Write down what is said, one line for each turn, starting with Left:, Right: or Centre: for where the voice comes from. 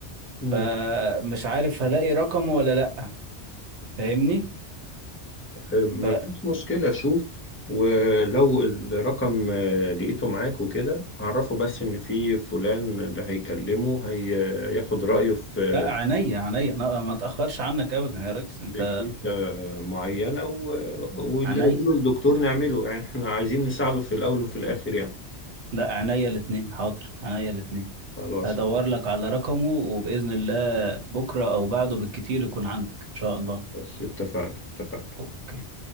Left: مم.
Right: فمش عارف هلاقي رقمه ولا لا فاهمني
Left: ما
Right: فلا
Left: فيش مشكلة شوف ولو الرقم آه، لقيته معاك وكده عرفه بس إن في فلان ده هيكلمه هياخد رأيه في
Right: عينيا عينيا أنا ما اتأخرش عنك ابدا يا ريس انت
Left: في كنيسة معينة و- واللي
Right: عينيا
Left: يقوله الدكتور نعمله يعني احنا عايزين نساعده في الأول وفي الآخر يعني
Right: لا عينيا الاتنين حاضر عينيا الاتنين
Left: خلاص
Right: هدور لك على رقمه وبإذن الله بكرة أو بعده بالكتير يكون عندك إن شاء الله
Left: بس اتفقنا اتفقنا
Right: اوكي